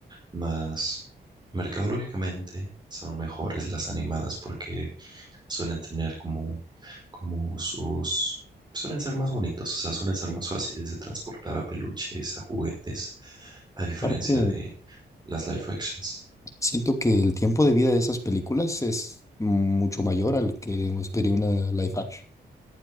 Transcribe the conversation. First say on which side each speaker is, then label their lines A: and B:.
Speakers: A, on the right; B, on the left.
A: más mercadológicamente son mejores las animadas porque suelen tener como, como sus, suelen ser más bonitos, o sea, suelen ser más fáciles de transportar a peluches, a juguetes, a diferencia
B: Aparte,
A: de las live actions.
B: siento que el tiempo de vida de esas películas es mucho mayor al que sería una live action.